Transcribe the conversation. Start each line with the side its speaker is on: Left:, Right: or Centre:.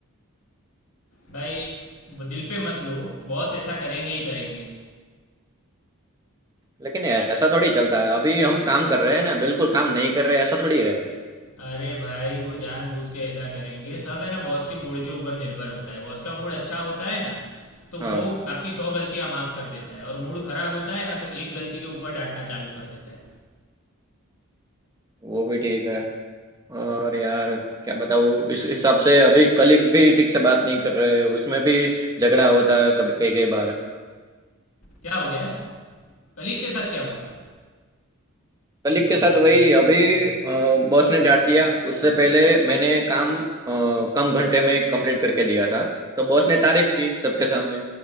Left: भाई वो दिल पे मत लो बॉस ऐसा करेंगे ही करेंगे
Right: लेकिन ऐसा थोड़ी चलता है अभी हम काम कर रहे हैं ना बिल्कुल काम नहीं कर रहे ऐसा थोड़ी है
Left: अरे भाई वो जानबूझ के ऐसा करेंगे सब है ना बॉस के मूड के ऊपर निर्भर होता है बॉस का मूड अच्छा होता है ना तो
Right: हाँ
Left: वो आपकी सौ गलतियां माफ कर देता है और मूड खराब होता है ना तो एक गलती के ऊपर डांटना चालू कर देता है
Right: वो भी ठीक है और यार क्या बताऊँ इस हिसाब से अभी कलीग भी ठीक से बात नहीं कर रहे उसमें भी झगड़ा होता है कभी कई कई बार
Left: क्या हो गया कलीग के साथ क्या हुआ
Right: कलिक के साथ वही अभी बॉस ने डांट दिया उससे पहले मैंने काम अ, कम घंटे में कंप्लीट करके दिया था तो बॉस ने तारीफ की सबके सामने